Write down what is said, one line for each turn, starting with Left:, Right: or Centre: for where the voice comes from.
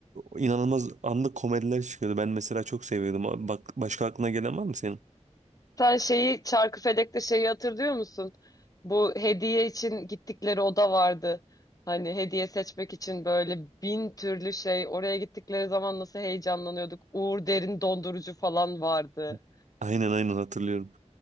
Right: e, inanılmaz anlık komediler çıkıyordu. Ben mesela çok seviyordum. Bak başka aklına gelen var mı senin?
Left: Sen şeyi Çarkıfelek'te şeyi hatırlıyor musun? Bu hediye için gittikleri oda vardı. Hani hediye seçmek için böyle bin türlü şey. Oraya gittikleri zaman nasıl heyecanlanıyorduk. Uğur Derin dondurucu falan vardı.
Right: <laughs> Aynen aynen hatırlıyorum.